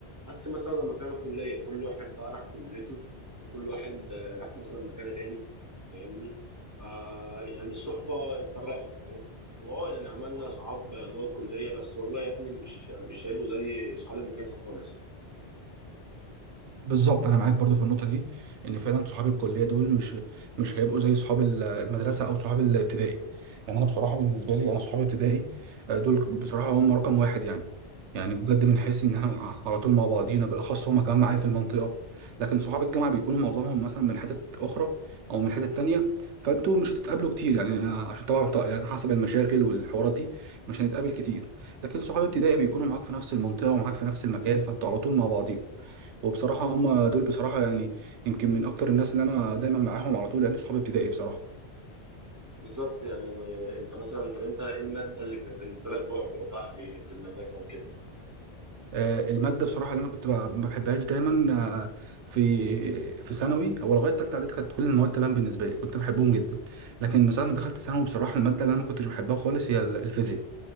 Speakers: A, on the right; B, on the right.
A: عكس مثلا لما كان كلية كل واحد بقى راح كليته وكل واحد آه، راح مثلا مكان تاني فاهمني فا يعني الصحبة اتفرقت فاهم واه يعني عملنا صحاب جوه الكلية بس والله يا ابني مش مش هيبقوا زي صحاب المدرسة خالص
B: بالظبط انا معاك برضو في النقطه دي ان فعلا صحاب الكليه دول مش مش هيبقوا زي صحاب ال- المدرسه او صحاب الابتدائي يعني انا بصراحه بالنسبه لي انا صحابي ابتدائي آه، دول بصراحه هم رقم واحد يعني يعني بجد بنحس ان احنا مع- على طول مع بعضينا بالاخص هم كمان معايا في المنطقه لكن صحاب الجامعه بيكونوا معظمهم مثلا من حتت اخرى او من حتت تانية فانتوا مش هتتقابلوا كتير يعني آه، عشان طبعا طبعاً يعني حسب المشاغل والحوارات دي مش هنتقابل كتير لكن صحاب ابتدائي بيكونوا معاك في نفس المنطقه ومعاك في نفس المكان فانتوا على طول مع بعضيكم وبصراحة هم دول بصراحة يعني يمكن من أكتر الناس اللي أنا دايما معاهم على طول لأن صحابي ابتدائي بصراحة
A: بالظبط يعني آه، انت مثلا طب انت ايه المادة اللي كانت بالنسبة لك بعبع بقى في في المدرسة وكده
B: آه، المادة بصراحة اللي أنا كنت ب- ما بحبهاش دايما آه، في في ثانوي أو لغاية تالتة إعدادي كانت كل المواد تمام بالنسبة لي كنت بحبهم جدا لكن من ساعة ما دخلت ثانوي بصراحة المادة اللي أنا ما كنتش بحبها خالص هي ال- الفيزياء